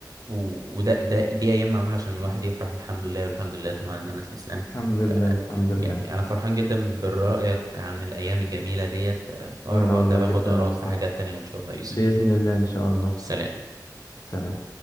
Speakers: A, on the right (about 55°); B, on the left (about 50°).
A: و- وده ده دي ايام معموله عشان الواحد يفرح الحمد لله والحمد لله طبعا على نعمه الاسلام
B: الحمد
A: ف
B: لله الحمد لله
A: يعني انا فرحان جدا برايك عن الايام الجميله ديت ف- في اقرب
B: وانا
A: وقت
B: والله
A: باخد
B: جدا
A: اراك
B: يا مصطفى
A: في حاجات تانية ان شاء الله يا يوسف
B: بإذن الله ان شاء الله
A: سلام
B: سلام